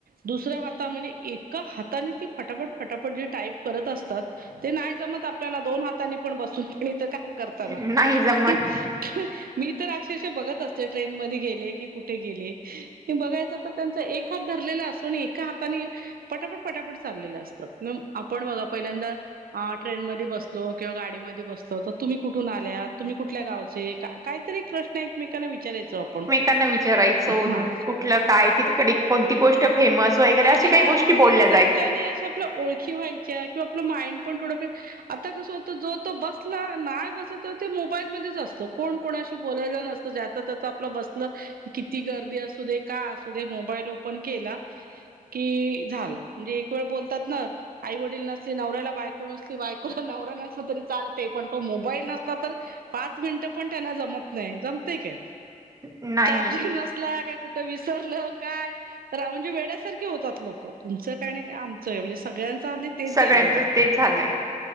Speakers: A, on the right; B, on the right.
A: दुसऱ्या हाता मध्ये एक हातानी ते फटापट फटापट जे टाईप करत असतात ते नाही जमत आपल्याला, दोन हातानी पण बसून. तिथं काम करताना,
B: नाही
A: <unintelligible>
B: जमत
A: मी तर अक्षरशा बघत असते ट्रेन मध्ये. कुठे गेले की कुठे गेले, ते बघायच तर त्यांचा एक हात धरलेला असतो आणि एका हाताने- पटापट पटापट चाललेलं असतं, मग आपण बघा पहिल्यांदा आ ट्रेन मध्ये बसतो किंवा गाडीमध्ये बसलं तर तुम्ही कुठून आल्या? तुम्ही कुठल्या गावचे? काहीतरी एक प्रश्न एकमेकांना विचारयचो आपण.
B: त्यांना विचारायच
A: हा
B: कुठल, काय तिकड कोणती गोष्ट फेमस वगैरे अस
A: हा
B: काही गोष्टी
A: म्हणजे
B: बोल्यात- -
A: त्याच्याने असं आपल्या ओळखी व्हायच्या किंवा आपलं माइंड पण- - थोडाफार आता कसं होतंय. जो तो बसल नाय बसल तर तो मोबाईल मध्येच असतो. कोण कोणाशि- - बोलायला नसतो. ज्याच त्याच आपल बस न किती गर्दी असू दे. का असु दे मोबाईल ओपन केला कि झाल. म्हजे एक वेळ बोलतात ना आई वडील नसतील, नवऱ्याला बायको नसली, बायकोला नवरा नसला तरी चाल- - ते पण तो मोबाईल नसला तर पाच मिनिटं पण त्यांना जमत नाही. जमते काय?
B: नाही
A: चार्जिंग नसला. काय कुठं विसरलं? काय तर म्हणजे वेड्यासारखे होतात लोक तुमचं काय आमचं म्हणजे सगळ्यां हल्ली तेच
B: सगळ्यांचच
A: झालेलं आहे
B: ते झालंय